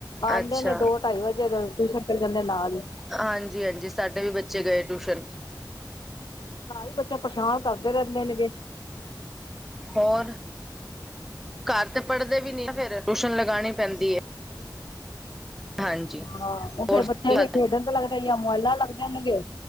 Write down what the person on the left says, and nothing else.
ਆਉਂਦੇ
ਨੇ ਦੋ ਢਾਈ ਵਜੇ ਫੇਰ ਟਿਊਸ਼ਨ ਚਲ ਜਾਂਦੇ ਨੇ ਨਾਲ ਹੀ।
ਘਰ ਬੱਚੇ ਪਰੇਸ਼ਾਨ ਕਰਦੇ ਰਹਿੰਦੇ ਨੇਗੇ।
ਹੂੰ। <unintelligible>
ਹਾਂ ਉਹ
ਫੇਰ ਬੱਚੇ
ਫਿਰ ਖੇਡਣ ਤੇ ਲੱਗਦੇ ਜਾਂ ਮੋਬਾਈਲਾਂ ਲੱਗ ਜਾਣਗੇ।